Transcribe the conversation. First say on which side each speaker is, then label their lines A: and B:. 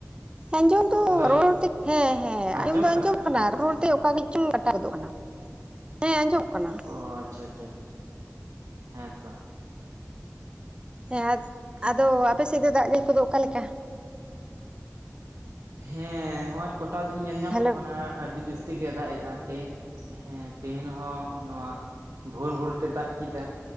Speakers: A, on the right (about 20°); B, on the right (about 75°).
A: ᱟᱸᱡᱚᱢ ᱫᱚ
B: ᱦᱮᱞᱳ
A: ᱨᱚᱲᱛᱮ ᱦᱮᱸ ᱦᱮᱸ
B: ᱟᱸᱡᱚᱢᱚᱜ
A: ᱟᱸᱡᱚᱢ ᱫᱚ
B: ᱠᱟᱱᱟ
A: ᱟᱸᱡᱚᱢᱼᱼ ᱚᱱᱟ ᱨᱚᱲ ᱛᱮ ᱚᱠᱟ ᱪᱚᱝ ᱠᱟᱴᱟ ᱜᱚᱫᱚᱜ ᱠᱟᱱᱟ᱾ ᱦᱮᱸ ᱟᱸᱡᱚᱢᱚᱜ ᱠᱟᱱᱟ
B: ᱚ ᱟᱪᱪᱷᱟ ᱟᱪᱪᱷᱟ ᱟᱪᱷᱟ ᱦᱮᱸᱛᱚ᱾
A: ᱦᱮᱸ
B: ᱦᱮᱸ
A: ᱟᱫᱚ ᱟᱯᱮᱥᱮᱫ ᱫᱚ ᱫᱟᱜ ᱡᱟᱹᱲᱤ ᱠᱚᱫᱚ ᱚᱠᱟᱞᱮᱠᱟ?
B: ᱦᱮᱸ ᱦᱚᱜᱼᱚᱭ ᱠᱚᱴᱟ ᱫᱤᱱ ᱧᱮᱞ ᱧᱟᱢᱚᱜ
A: ᱦᱮᱞᱳ
B: ᱠᱟᱱᱟ ᱟᱹᱰᱤ ᱡᱟᱹᱥᱛᱤ᱾ ᱛᱤ ᱜᱮ ᱫᱟᱜ ᱮᱫᱟ ᱦᱮᱸ ᱛᱮᱦᱮᱧ ᱦᱚᱸ ᱱᱚᱣᱟᱼᱼ ᱵᱷᱳᱨ ᱵᱷᱳᱨ ᱛᱮ ᱫᱟᱜ ᱠᱮᱫᱟ,